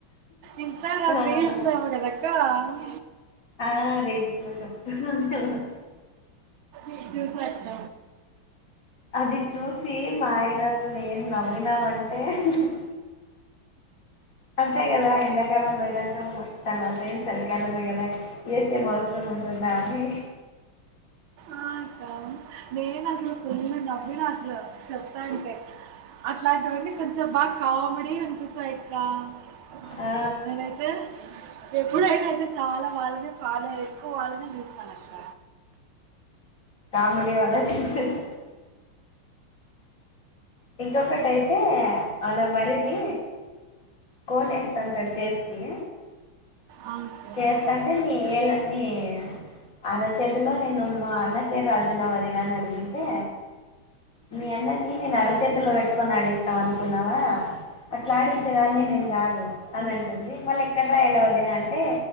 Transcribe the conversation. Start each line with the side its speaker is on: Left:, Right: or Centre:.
Right: ఇస్
Left: ఆ
Right: <unintelligible>
Left: ఆ రైల్స్ లో చెప్తనుండు
Right: ఇరుద్ద
Left: అది చూసి మా ఆయనతో నేను నవ్వినామంటే అ అంతే కదా ఎండాకాలం పోయినంక తర్వాత ఏం చలికాలమే కదా <unintelligible> నాని
Right: ఆ అక్క నేను అసలు ఫుల్ నవ్విన అసలు <unintelligible> అట్లాంటివన్ని కొంచెం బాగ కామెడీ అనిపిస్తయ్ <unintelligible>
Left: ఆ
Right: నేనయితే ఎప్పుడైనా అయితే చాల వాళ్ళని ఫాలో ఎక్కువ వాళ్ళనే చుస్తాను అక్క
Left: కామెడి <unintelligible> ఇంకొకటి అయితే వాళ్ల మరిది కోన్ ఎస్తాంటాడు చేతికి
Right: ఆ అక్క
Left: <unintelligible> అరచేతిలో నేను మా అన్న పేరు రదున వదిన అని అడిగింటే మీ అన్నని నేను అరచేతులో పెట్టుకొని ఆడేస్త అనుకున్నావ అట్లాడిచ్చేదాన్ని నేను కాదు అని అంటుంది మళ్ళీ ఎక్కడ రాయలా వదిన అంటే